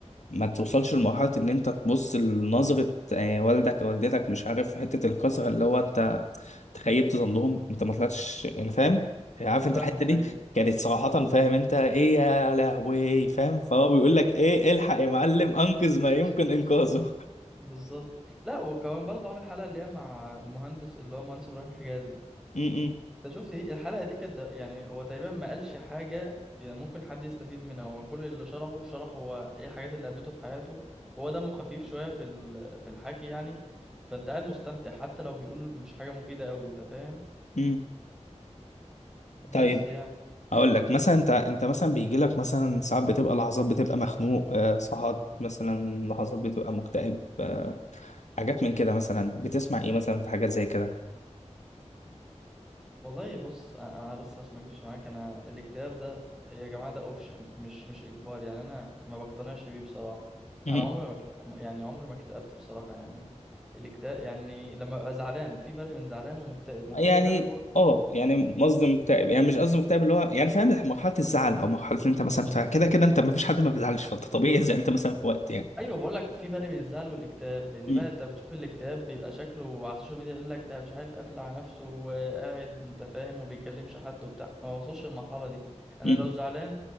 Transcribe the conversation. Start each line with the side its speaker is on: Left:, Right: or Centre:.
Left: ما توصلش لمرحله ان انت تبص لنظره آه والدك او والدتك مش عارف حته الكسره اللي هو انت تخيبت ظنهم انت ما طلعتش يعني فاهم عارف انت
Centre: فاهمك
Left: الحته دي
Centre: ايوه
Left: كانت صراحه
Centre: ايوه
Left: فاهم انت ايه يا لهوي فاهم فهو بيقول لك ايه الحق يا معلم انقذ ما يمكن
Centre: <laughs>
Left: انقاذه
Centre: بالظبط لا وكمان برضه عامل حلقة اللي هي مع مهندس اللي هو مهندس إبراهيم حجازي
Left: <laughs> م-
Centre: انت شفت دي الحلقة دي كانت د- يعني هو تقريبا ما قالش حاجة يعني ممكن حد يستفيد منها هو كل اللي شرحه شرح هو ايه الحاجات اللي قابلته في حياته هو دمه خفيف شوية في ال... في الحكي يعني فانت قاعد مستمتع حتى لو بيقول مش حاجة مفيدة قوي انت فاهم
Left: م- م. طيب
Centre: بس يعني
Left: اقول لك مثلا انت انت مثلا بيجي لك مثلا ساعات بتبقى لحظات بتبقى مخنوق آه، ساعات مثلا لحظات بتبقى مكتئب آه، حاجات من كده مثلا بتسمع ايه مثلا في حاجات زي كده
Centre: والله بص أ- انا بس عشان ما اكذبش معاك انا الاكتئاب ده يا جماعه ده اوبشن مش مش اجبار يعني انا ما بقتنعش بيه بصراحه
Left: مهم.
Centre: انا عمري ما اكت... يعني عمري ما اكتئبت بصراحه يعني الاكتئاب يعني لما ببقى زعلان في فرق بين زعلان ومكتئب مكتئب
Left: يعني
Centre: ده اللي
Left: اه يعني قصدي مكتئب يعني مش قصدي مكتئب اللي هو يعني فاهم مرحلة الزعل او مرحلة اللي انت مثلا فيها. كده كده انت ما فيش حد ما بيزعلش فانت طبيعي زعلت مثلا في وقت يعني
Centre: ايوه بقول لك في فرق بين الزعل والاكتئاب لان
Left: م-
Centre: بقى انت بتشوف الاكتئاب بيبقى شكله على السوشيال ميديا يقول لك ده مش عارف قافل على نفسه وقاعد انت فاهم وما بيكلمش حد وبتاع ما وصلش للمرحله دي انا
Left: م.
Centre: لو زعلان